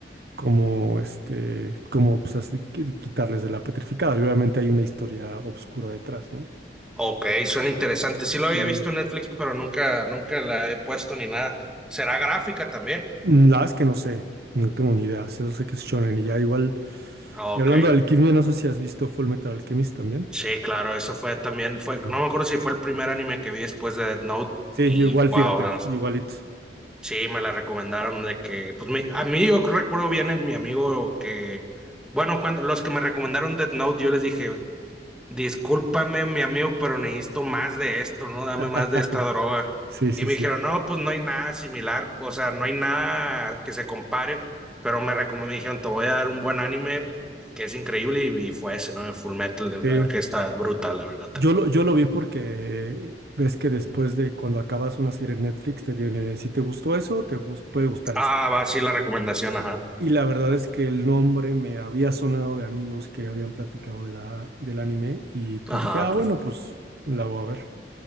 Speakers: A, on the right (about 60°); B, in the centre.
A: cómo este, cómo pues así qui- quitarles de la petrificada. Y obviamente hay una historia oscura detrás, ¿no?
B: Ok, suena interesante. Sí lo
A: Sí.
B: había visto en Netflix, pero nunca, nunca la he puesto ni nada. ¿Será gráfica también?
A: Mm, La verdad es que no sé, no tengo ni idea, solo sé que es shonen y ya igual.
B: Ah,
A: Y
B: Ok,
A: hablando de alquimia, no sé si has visto Full Metal Alchemist también.
B: sí, claro, eso fue también, fue,
A: Sí,
B: no me acuerdo si fue el primer anime que vi después de Death Note
A: Sí,
B: y
A: yo igual,
B: wow,
A: fíjate,
B: no,
A: igualito.
B: sí, me la recomendaron de que, pues mi- a mí yo recuerdo bien en mi amigo que, bueno, cuando los que me recomendaron Death Note, yo les dije, discúlpame, mi amigo, pero necesito más de esto, ¿no? Dame
A: <laughs>
B: más de esta droga.
A: Sí, sí,
B: Y me
A: sí.
B: dijeron, no, pues no hay nada similar, o sea, no hay nada que se compare, pero me recomendó, me dijeron, te voy a dar un buen anime que es increíble y, y fue ese, ¿no? Full Metal, la verdad
A: Sí.
B: que está brutal, la verdad también.
A: Yo lo, yo lo vi porque ves que después de cuando acabas una serie en Netflix te viene, si te gustó eso, te gus- puede gustar
B: Ah,
A: esto.
B: va, sí, la recomendación, ajá.
A: Y la verdad es que el nombre me había sonado de amigos que habían platicado de la, del anime y pues
B: Ajá.
A: dije, ah, bueno, pues la voy a ver.